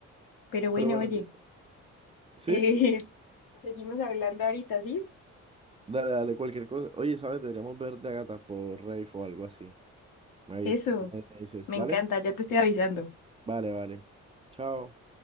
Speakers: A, on the left; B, on the right.
A: Pero bueno,
B: Pero bueno,
A: oye,
B: mira, ¿sí?
A: eh, <laughs> seguimos hablando ahorita, ¿sí?
B: Dale, dale, cualquier cosa. Oye, ¿sabes? Deberíamos ver de Agatha por Rafe o algo así. Me avis-
A: Eso,
B: me dices,
A: me
B: ¿dale?
A: encanta, ya te estoy avisando.
B: Vale, vale. Chao.